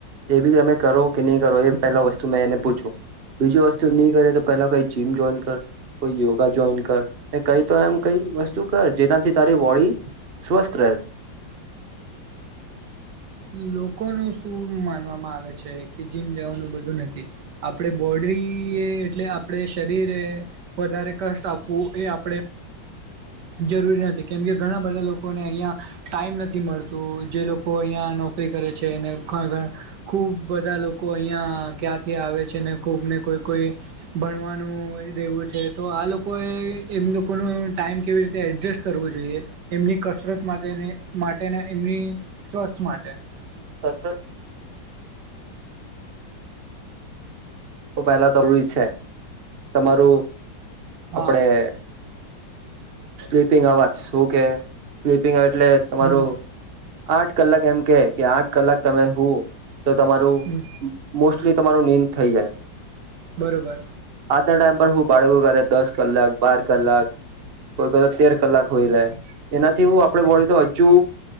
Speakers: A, on the right (about 40°); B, on the right (about 65°).
A: એ બી તમે કરો કે નહી કરો એ પેલા વસ્તુ મેં એને પૂછું બીજી વસ્તુ નહી કરે તો પહેલા કઈ જીમ જોઈન કર કોઈ યોગા જોઈન કર કઈ તો એમ કઈ વસ્તુ કર જેનાથી તારી બોડી સ્વસ્થ રહે.
B: લોકોનું શું માનવામાં આવે છે કે જીમ જવાનું બધું નથી. આપડે બોર્ડરી એટલે આપણે શરીરે વધારે કષ્ટ આપવું એ આપ જરૂરી નથી કેમકે ઘણા બધા લોકોને અહિયાં ટાઈમ નથી મળત જે લોકો અહિયાં નોકરી કરે છે ઘ ઘ ખૂબ બધા લોકો અહીંયા ક્યાંથી આવે છે ને ખૂબને કોઈ કોઈ ભણવાનું દેવું છે તો આ લોકોએ એમ લોકોનું ટાઈમ કેવી રીતે એડજસ્ટ કરવું જોઈએ એમની કસરત માટે માટેને એમની સ્વસ્થ માટે
A: સાચ પહેલા તરૂરી છે તમારું આપણેે
B: હા
A: સ્લીપિંગ અવર્સ શું કે સ્લીપિંગ અવર એટલે તમારું
B: હમ
A: આઠ કલાક એમ કે કે આઠ કલાક તમે હું તો તમારું
B: હમ
A: મોસ્ટ તમારો નિંદ થઈ જાય.
B: બરોબર.
A: આના ટાઈમ પર હું બાળકો કરે દસ કલાક બાર કલાક કોઈ ક તેર કલાક હોય જાય એનાથી હું આપણે બોડી તો હજુ